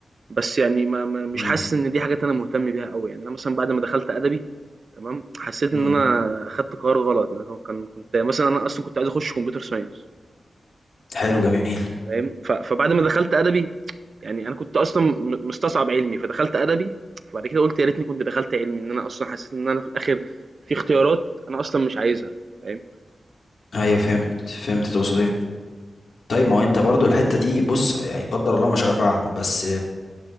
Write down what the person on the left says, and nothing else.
مم.
مم.
حلو جميل
ايوه فهمت فهمت تقصد ايه طيب ما هو انت برضو الحتة دي بص يعني قدر الله ما شاء فعل بس